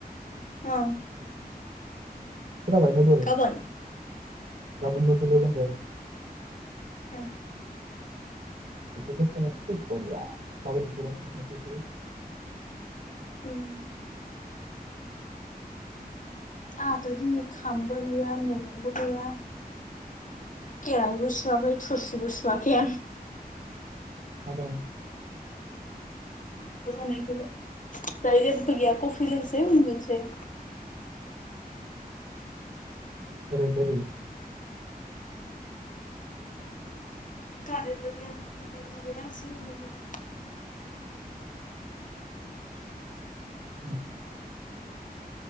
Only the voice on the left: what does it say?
औ
गाबोन
ए
उम आंहाथ' दिनै खामबो गैया मैगंबो गैया खेराइबो सुवाखै थुरसिबो सुवाखै आं।
<unintelligible> दायो जेबबो गैया कफि लोंसै उन्दुसै।
कारेनबो गैया खनसे दुगै नांसिगोमोन।